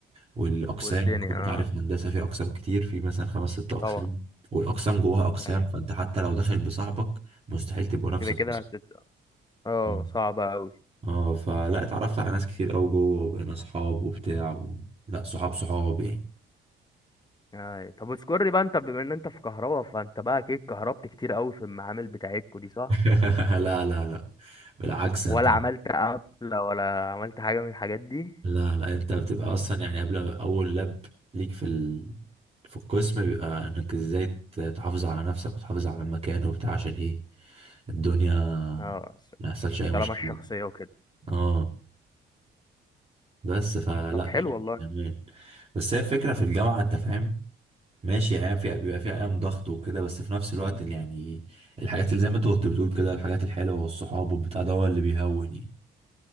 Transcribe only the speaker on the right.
والاقسام
وكمان
انت عارف الهندسه في اقسام كتير في مثلا خمس ست اقسام
والاقسام جواها اقسام
فانت حتى لو داخل بصاحبك مستحيل تبقوا نفس
القسم
آه.
اه فلا اتعرفت على ناس كتير قوي جوه وبقينا صحاب وبتاع و... لا صحاب صحاب يعني
<laughs> لا لا لا بالعكس انت
لا لا انت بتبقى اصلا يعني قبل اول لاب ليك في ال... في القسم بيبقى انك ازاي ت- تحافظ على نفسك وتحافظ على المكان وبتاع عشان ايه الدنيا
ما يحصلش اي مشكله
اه بس فلا
يعني
تمام بس هي الفكره في الجامعه انت فاهم ماشي ايام فيها بيبقى فيها ايام ضغط وكده بس في نفس الوقت اللي يعني الحاجات اللي زي ما انت كنت بتقول كده الحاجات الحلوه والصحاب والبتاع ده هو اللي بيهون يعني